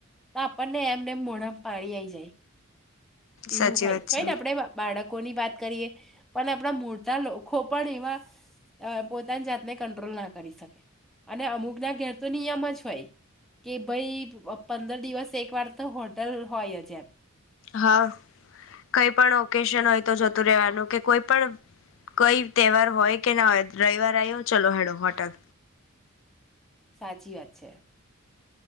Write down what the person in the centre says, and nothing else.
તો આપણને એમને અમે મોડામાં પાણી આવીઈ જાય. એવું
હોય
<unintelligible>
આપડે બાળક કોની લોકોની વાત કરીએ પણ આપણા મોટા લોકો પણ એવા. અ પોતાની જાતને કંટ્રોલ ના કરી શકે. અને અમુક ના ઘેરતો નિયમ જ હોય કે ભાઈ પંદર દિવસ એક વાર તો હોટલ હોય જ એમ.
સાચી વાત છે.